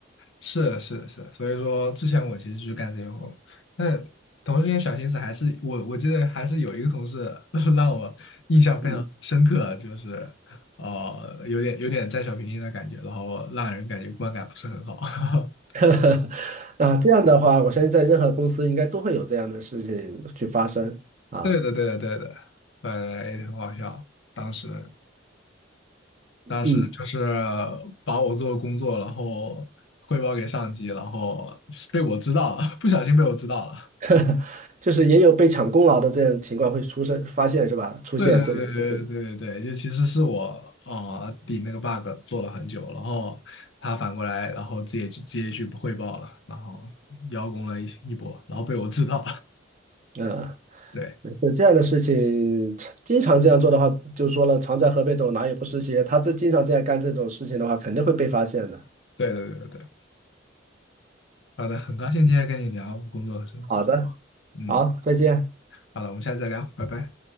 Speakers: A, on the left (about 70°); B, on the right (about 40°).
A: 是是是，所以说之前我其实就干这些活，但同时间小心思还是我我记得还是有一个同事 <laughs> 让我印象非常深刻，
B: 嗯，
A: 就是呃有点有点占小便宜的感觉，然后让人感觉观感不是很好。
B: <laughs> 啊，这样的话，我相信在任何公司应该都会有这样的事情去发生啊。
A: <laughs> 对的对的对的，呃也很好笑。当时当时就是
B: 嗯，
A: 把我做的工作，然后汇报给上级，然后被我知道了，<laughs> 不小心被我知道了。
B: <laughs> 就是也有被抢功劳的这样情况会出生发现是吧？出现这种事情，
A: 对对对对对对对，就其实是我啊、顶那个 bug 做了很久，然后他反过来，然后直接去直接去汇报了，然后邀功了一一波，然后被我知道了。
B: 嗯。
A: <laughs> 对
B: 没事这样的事情，经常这样做的话，就说了，常在河边走，哪有不湿鞋？他这经常这样干这种事情的话，肯定会被发现的。
A: 对对对对对，好的，很高兴今天跟你聊工作和生活。
B: 好的，
A: 嗯，
B: 好，再见。
A: 好了，我们下次再聊，拜拜。